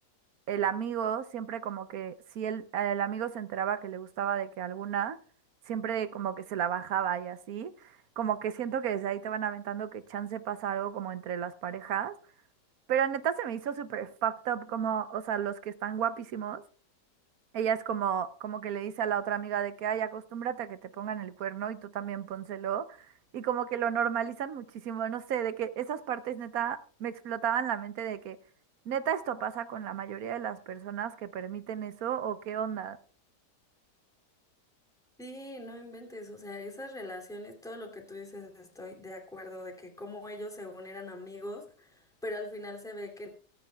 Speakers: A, on the right; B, in the centre.
A: el amigo siempre como que si el, el amigo se enteraba que le gustaba de que alguna, siempre como que se la bajaba y así. Como que siento que desde ahí te van aventando que chance pasa algo como entre las parejas. Pero neta se me hizo súper fucked up como, o sea, los que están guapísimos. Ella es como, como que le dice a la otra amiga de que, ay, acostúmbrate a que te pongan el cuerno y tú también pónselo. Y como que lo normalizan muchísimo, no sé, de que esas partes neta me explotaban la mente de que neta esto pasa con la mayoría de las personas que permiten eso o qué onda.
B: Sí, no inventes, o sea, esas relaciones, todo lo que tú dices, estoy de acuerdo de que como ellos según eran amigos, pero al final se ve que